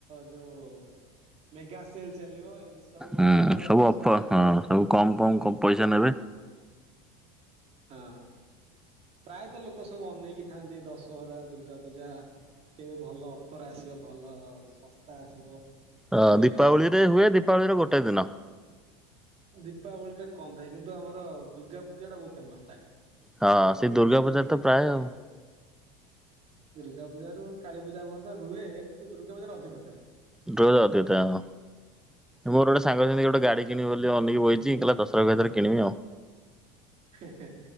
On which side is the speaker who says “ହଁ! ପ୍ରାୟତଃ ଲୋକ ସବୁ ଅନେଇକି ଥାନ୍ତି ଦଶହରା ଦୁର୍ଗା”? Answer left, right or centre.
Right